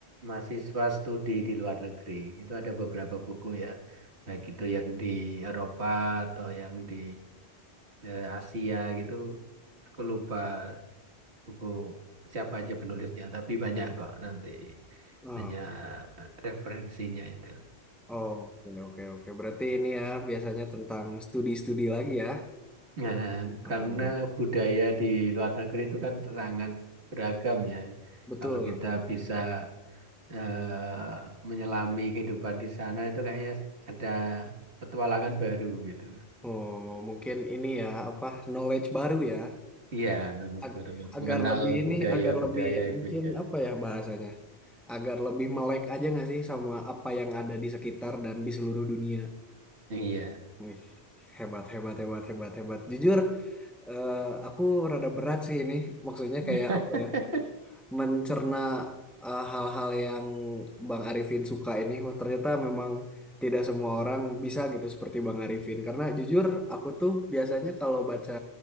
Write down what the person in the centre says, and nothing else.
Hmm.
Oh, oke, oke, oke. Berarti ini ya biasanya tentang studi-studi lagi ya.
Hmm,
betul.
Oh, mungkin ini ya apa knowledge baru ya.
Ag-
agar
lebih ini,
agar lebih
mungkin
apa ya bahasanya? Agar lebih melek aja nggak sih sama apa yang ada di sekitar dan di seluruh dunia.
Wih, hebat, hebat, hebat, hebat, hebat. Jujur, eh, aku rada berat sih ini. Maksudnya
kayak apa ya? Mencerna eh, hal-hal yang Bang Arifin suka ini. Wah, ternyata memang tidak semua orang bisa gitu seperti Bang Arifin. Karena jujur, aku tuh biasanya kalau baca